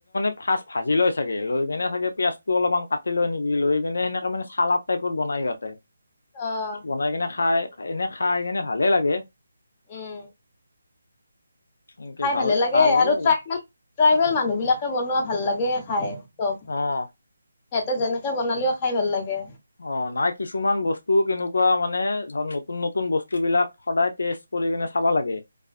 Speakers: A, on the left; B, on the left.
A: ফাৰ্ষ্ ভাজি লয় চাগে লৈ কেনে চাগে পিয়য়াজ টো অলপমান কাটি লয় নেকি লৈ কেনে সেনেকে মানে চালাদ টাইপ বনাই সিহতে,
B: আহ
A: বনাই কেনে খাই এনে খাই কেনে ভালে লাগে।
B: উম
A: এনেকে
B: খাই
A: ভাল
B: ভালে লাগে
A: ভাল
B: আৰুাই
A: আৰু
B: ট্ৰাইবেল মানুহ বিলাকে বনোৱা ভাল লাগে খাই। চব
A: আহ,
B: সিহঁতে যেনেকে বনালেও খাই ভাল লাগে।
A: অ' নাই কিছুমান বস্তু কেনেকুৱা মানে ধৰ নতুন নতুন বস্তু বিলাক সদায় তেজ কৰি কিনে চাবা লাগে।